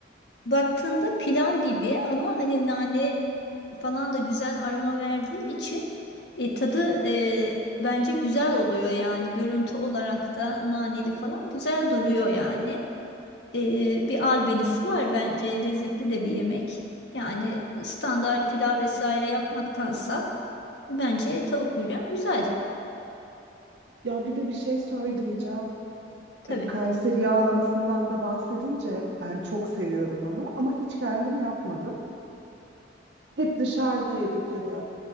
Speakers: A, on the left; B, on the right.
A: baktığında pilav gibi ama hani nane falan da güzel aroma verdiği için e, tadı e, bence güzel oluyor yani. Görüntü olarak da naneli falan güzel duruyor yani. E, bir albenisi var bence. Lezzetli de bir yemek. Yani standart pilav vesaire yapmaktansa. Bence tavuk büryan güzel
B: Ya bir de bir şey söyleyeceğim.
A: tabii.
B: E, Kayseri yağlamasından da bahsedince ben çok seviyorum onu ama hiç kendim yapmadım. Hep dışarıda yedik ya da